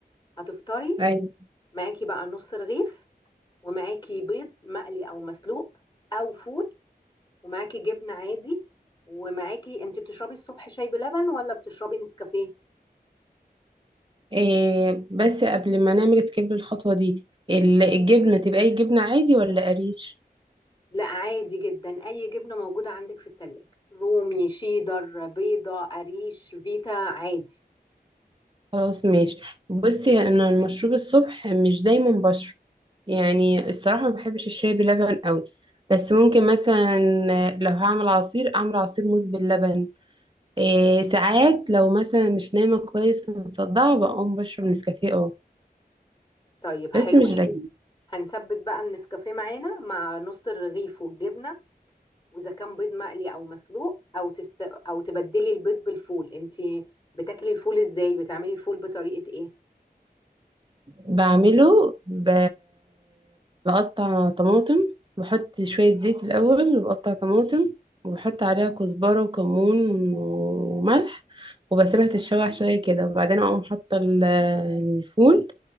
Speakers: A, on the left (about 25°); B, on the right (about 30°).
A: هتفطري
B: أيوة.
A: معاكي بقى نص رغيف ومعاكي بيض مقلي او مسلوق او فول ومعاكي جبنة عادي ومعاكي انت بتشربي الصبح شاي بلبن ولا بتشربي نسكافيه
B: إيه بس قبل ما نعمل سكيب للخطوة دي ال- الجبنة تبقى اي جبنة عادي ولا قريش
A: لا عادي جدا اي جبنة موجودة عندك في التلاجة رومي شيدر بيضة قريش فيتا عادي
B: خلاص ماشي بصي انا المشروب الصبح مش دايما بشرب يعني الصراحة ما بحبش الشاي بلبن قوي بس ممكن مثلا لو هعمل عصير اعمل عصير موز باللبن إيه ساعات لو مثلا مش نايمة كويس ومصدعة بقوم بشرب نسكافيه اه
A: طيب حلو
B: بس مش
A: حلو
B: دايما
A: هنثبت بقى النسكافيه معانا مع نص الرغيف والجبنة واذا كان بيض مقلي او مسلوق او تست... او تبدلي البيض بالفول انت بتاكلي الفول ازاي بتعملي الفول بطريقه ايه
B: بعمله ب... بقطع طماطم بحط شوية زيت الأول وبقطع طماطم وبحط عليها كزبرة وكمون وملح وبسيبها تتشوح شوية كده وبعدين أقوم حاطة ال- الفول